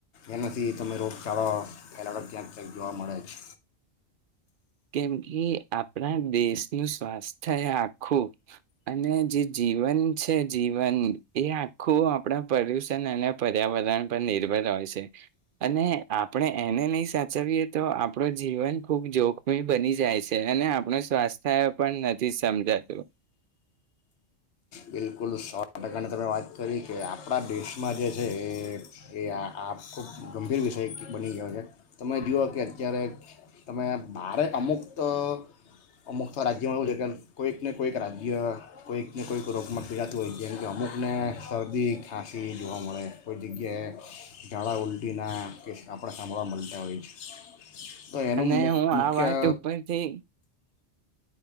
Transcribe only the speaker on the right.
કેમ કે આપણા દેશનું સ્વાસ્થ્ય એ આખું અને જે જીવન છે જીવન એ આખું આપણા પ્રદુષણ અને પર્યાવરણ પર નિર્ભર હોય છે. અને આપણે એને નહી સાચવીએ તો આપણું જીવન ખૂબ જોખમ. બની જાય છે, અને આપણ સ્વાસ્થ્ય પણ નથી સમજાતું.
અને
હું
આ વાત ઉપરથી